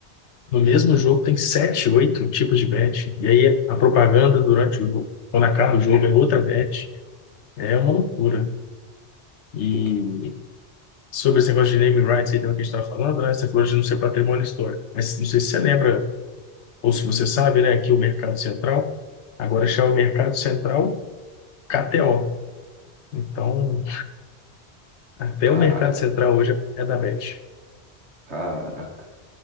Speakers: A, on the left; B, on the right.
A: No mesmo jogo tem sete, oito tipos de bet. E aí a propaganda durante o jogo, quando acaba o jogo, é outra bet. É uma loucura. E
B: Que... que-
A: Sobre esse negócio de naming rights aí também que a gente estava falando, né? Você falou de não ser patrimônio histórico. Mas não sei se você lembra, ou se você sabe, né, que o Mercado Central agora chama Mercado Central KTO. Então, até
B: Caraca,
A: o Mercado Central hoje é da Bet.
B: caraca.